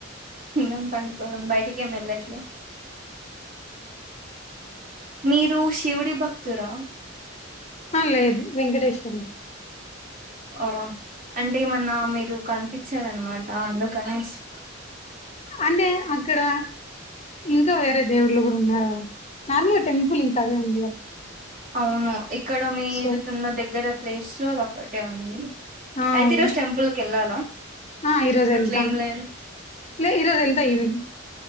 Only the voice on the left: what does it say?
ఆ లేదు వెంకటేశ్వరులు
అంటే అక్కడ ఇంకా వేరే దేవుళ్లు కూడా ఉన్నార నార్మల్గా టెంపుల్ ఇంకా అదే ఉంది గాదా
సో
ఆ
అవును
ఆ ఈరోజు వెళ్తాం
లే ఈరోజు వెళ్తా ఈరోజు